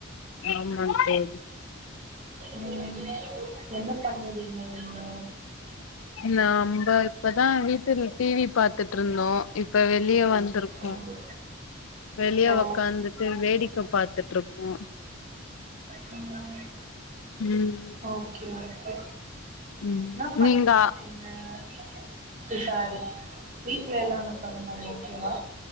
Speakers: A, on the left (about 80°); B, on the right (about 40°).
A: ஆமாங் தோழி.
B: ம் என்ன பண்ணுறீங்க நீங்க?
A: நம்ப இப்பதா வீட்டில டி வி பாத்துட்டுருந்தோ இப் இப்ப வெளிய வந்திருக்கு.
B: ம்
A: வெளிய
B: ஓ
A: ஒக்காந்துட்டு வேடிக்க பாத்து ட்ருக்கோ.
B: ம்.
A: ம்.
B: ஓகே ஓகே
A: ம்
B: இன்னா பண்ணின்ருக்கீங்க?
A: நீங்க
B: அ ஷோ சாரி வீட்ல எல்லாமே பண்றாங்க ஓகேவா.